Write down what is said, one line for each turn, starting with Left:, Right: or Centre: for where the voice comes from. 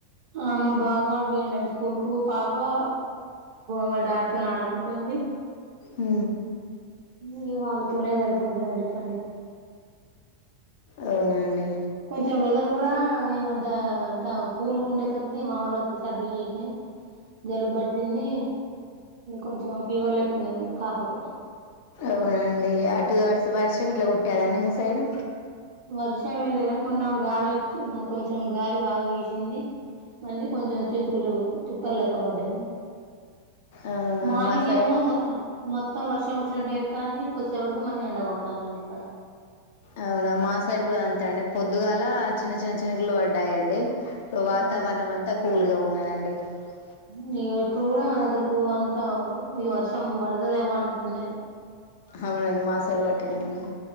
Right: ఆమ్ మా బాబు కూడ పోయిండ స్కూల్ కు అగో వాళ డ్యాడ్ తో ఆడుకుంటుంది
Left: ఉ
Right: ఇక వాళ్ళతోనే సరిపోతుదండి ఫని
Left: అదవునండి
Right: కొంచెం వెదర్ కూడా ఈ మధ్య అంత కూల్గా ఉండేసరికి మాముళ్ళకి సర్దీలు చేసినాయి జలుబుబట్టింది కొంచెం ఫీవర్ లెక్కు ఉన్నది పాపకు
Left: అవునండి అటు వర్ వర్షం ఇట్లా కుట్టాదండి మీ సైడు
Right: వర్షం ఏం లేదుని మొన్న గాలి వచ్చి కొంచెం గాలి బాగా విసింది మళ్ళీ కొంచెం చినుకులు తుప్ పర్లే కబడ్డీ
Left: అవునా
Right: మార్నింగ్
Left: మా సైడ్
Right: ఏమో మొత్తం మొత్తం వర్షం వచ్చినంటే దాన్ని కోసేపటికి మళ్ళీ ఎండకొడతోంది అండిఇక్కడ
Left: అవునా మా సైడ్ కూడా అంతే అండి పొద్దుగాల చిన్న చిన్న చినుకులు పడ్డాయండి ఇపుడు వాతావరణం
Right: అవును
Left: అంతా కూల్గా ఉన్నదండి పే
Right: నీగా ఇప్పుడు కూడా మా దగ్గర అంతా ఈ వర్షం పడుతదేమో అన్నట్టున్నది
Left: అవునండి మా సైడ్ గూడ అట్టే ఉన్నాయి